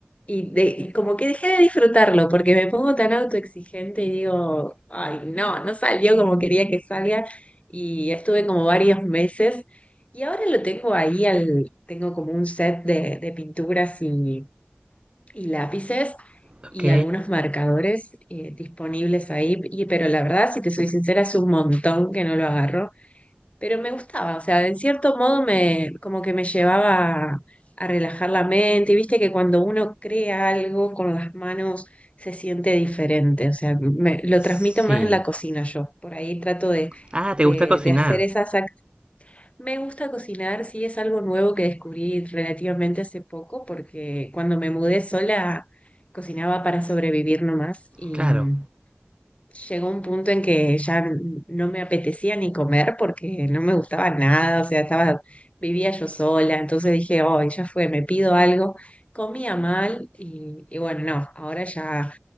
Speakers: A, on the left; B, on the right.
A: y de- y como que dejé de disfrutarlo porque me pongo tan autoexigente y digo, ay, no, no salió como quería que salga y estuve como varios meses y ahora lo tengo ahí, al, tengo como un set de, de pinturas y y lápices
B: ok,
A: y algunos marcadores eh, disponibles ahí, y, pero la verdad, si te soy sincera, es un montón que no lo agarro, pero me gustaba, o sea, en cierto modo me, como que me llevaba a relajar la mente, y viste que cuando uno crea algo con las manos se siente diferente, o sea, me- lo
B: sí.
A: transmito más en la cocina yo, por ahí trato de,
B: Ah,
A: de,
B: ¿te gusta cocinar?
A: de hacer esas me gusta cocinar, sí es algo nuevo que descubrí relativamente hace poco, porque cuando me mudé sola cocinaba para sobrevivir nomás y
B: Claro.
A: mm, llegó un punto en que ya n- no me apetecía ni comer porque no me gustaba nada, o sea, estaba, vivía yo sola, entonces dije, oh, ya fue, me pido algo. Comía mal y, y bueno, no, ahora ya